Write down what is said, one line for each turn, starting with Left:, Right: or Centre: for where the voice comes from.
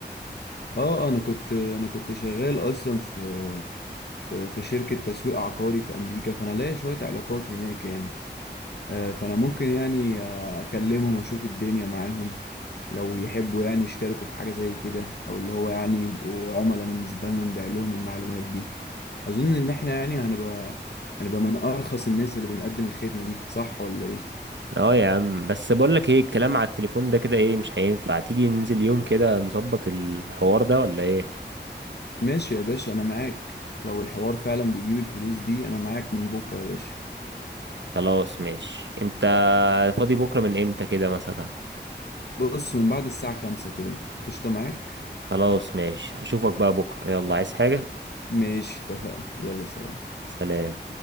Left: اه آه، انا كنت انا كنت شغال اصلا في في في شركة تسويق عقاري في أمريكا فأنا لاقي شوية علاقات هناك يعني آه، فأنا ممكن يعني آه، أكلمهم أشوف الدنيا معاهم لو يحبوا يعني يشتركوا في حاجة زي كده أو اللي هو يعني يبقوا عملاء بالنسبة لنا نبيع لهم المعلومات دي أظن إن إحنا يعني هنبقى هنبقى من أرخص الناس اللي بنقدم الخدمة دي صح ولا إيه؟
Right: اه يا عم بس بقول لك ايه الكلام على التليفون ده كده ايه مش هينفع تيجي ننزل يوم كده نظبط الحوار ده ولا ايه
Left: ماشي يا باشا أنا معاك لو الحوار فعلا بيجيب الفلوس دي أنا معاك من بكرة يا باشا
Right: خلاص ماشي انت فاضي بكرة من امتى كده مثلا
Left: بص من بعد الساعة خمسة كده قشطة معاك؟
Right: خلاص ماشي هشوفك بقى بكرة يلا عايز حاجة
Left: ماشي اتفقنا يلا سلام
Right: سلام